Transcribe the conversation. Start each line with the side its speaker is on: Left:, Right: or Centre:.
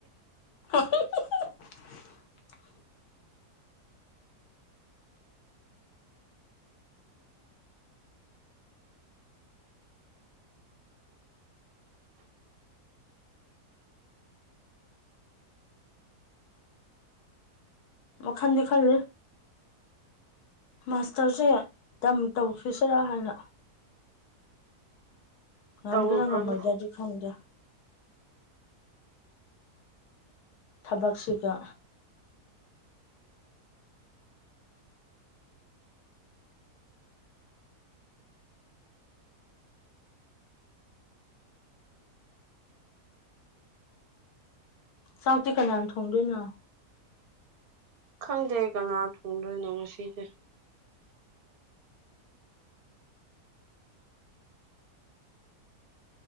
Left: <inaudible> ꯋꯥꯈꯥꯟꯗꯤ ꯈꯜꯂꯤ ꯃꯥꯁꯇꯔꯁꯦ ꯇꯝ ꯇꯧꯈꯤꯁꯤꯔꯥ ꯍꯥꯏꯅ ꯉꯝꯒꯦꯔ
Right: ꯇꯧꯔꯨꯔꯅꯨ
Left: ꯉꯝꯃꯣꯏꯒꯦꯔꯗꯤ ꯈꯪꯗꯦ ꯊꯕꯛꯁꯤꯒ ꯆꯥꯛꯇꯤ ꯀꯅꯥꯟ ꯊꯣꯡꯗꯣꯏꯅꯣ
Right: ꯈꯪꯗꯦ ꯀꯅꯥ ꯊꯣꯡꯗꯣꯏꯅꯣ ꯉꯁꯤꯁꯦ